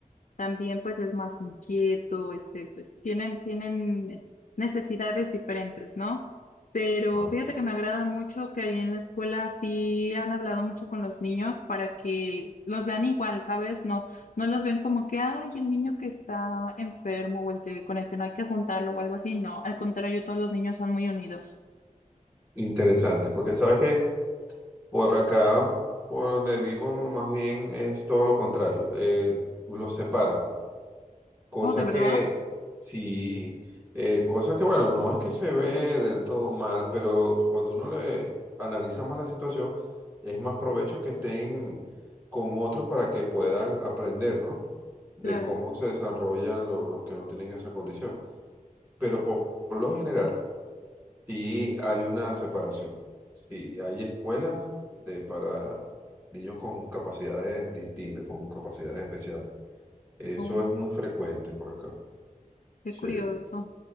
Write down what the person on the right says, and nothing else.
Ah.
Interesante, porque sabes que por acá, por donde vivo, más bien es todo lo contrario. eh, los separan. Cosa
que, sí, eh, cosa que, bueno, no es que se ve del todo mal, pero cuando uno le analiza más la situación, es más provecho que estén con otros para que puedan aprender, ¿no? De
cómo se desarrollan lo- los que no tienen esa condición. Pero por, por lo general, sí hay una separación. Sí, hay escuelas de, para niños con capacidades distintas, con capacidades especiales. Eso
es muy frecuente por acá.
Sí.